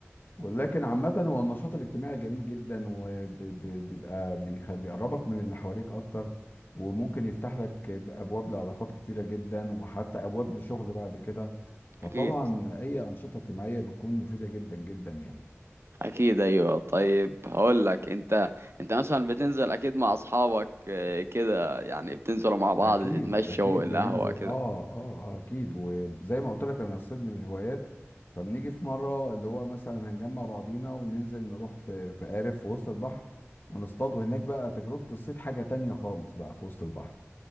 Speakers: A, on the left (about 45°); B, on the right (about 60°).
A: ولكن عامة هو النشاط الاجتماعي جميل جدا وبيبقى بيقربك من اللي حواليك اكتر وممكن يفتح لك ابواب لعلاقات كتيرة جدا وحتى ابواب لشغل بعد كده فطبعا
B: أكيد
A: اي انشطة اجتماعية بتكون مفيدة جدا جدا يعني
B: أكيد أيوه طيب هقول لك أنت أنت مثلا بتنزل أكيد مع أصحابك آه، كده يعني بتنزلوا مع بعض
A: اكيد
B: تتمشوا
A: اكيد
B: القهوة
A: بننزل
B: كده
A: اه اه آه، اكيد وزي ما قلت لك انا الصيد من الهوايات فبنيجي في مره اللي هو مثلا هنجمع بعضينا وننزل نروح في في قارب في وسط البحر ونصطاد وهناك بقى تجربه الصيد حاجه تانية خالص بقى في وسط البحر